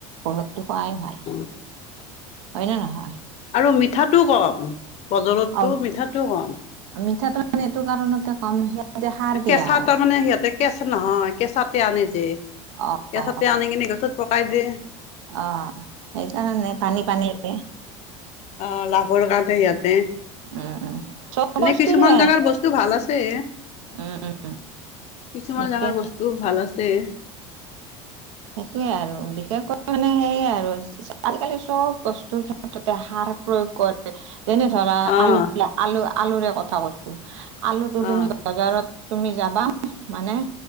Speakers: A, on the right (about 80°); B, on the left (about 45°).
A: ঘৰৰটো খোৱাই ভাল
B: হয়
A: হয় ন নহয়
B: আৰু মিঠাটো কম বজৰতটো
A: অ
B: মিঠাটো কম
A: মিঠাটো মানে এইটো কাৰণতে কম- যে সাৰ দিয়া
B: কেঁচা
A: হয়
B: তাৰ মানে সিহঁতে কেঁচা নহয় কেঁচাতে আনে যে,
A: অ
B: কেঁচাতে
A: অ
B: আনি কিনে গছত- পকাই দিয়ে।
A: অঁ সেইকাৰণে নে পানী পানীৰে-
B: অঁ লাভৰ কাৰণে ইয়াতে এনে
A: উম উম চব বস্তুৰে
B: কিছুমান জাগাৰ বস্তু- টো ভাল আছে।
A: উম উম'
B: কিছুমান
A: বিশেষ
B: জাগাৰ বস্তু ভাল আছে।
A: সেইটোৱে আৰু বিশেষকৈ মানে সেইয়ে আৰু- আজিকালি চব বস্তুৰ ক্ষেত্ৰতে সাৰ প্ৰয়োগ কৰে। যেনে ধৰা,
B: আহ
A: আলু বিলাক আলু -আলুৰে কথা কৈছো। আলুটো
B: আহ
A: তুমি বাজাৰত তুমি যাবা মানে-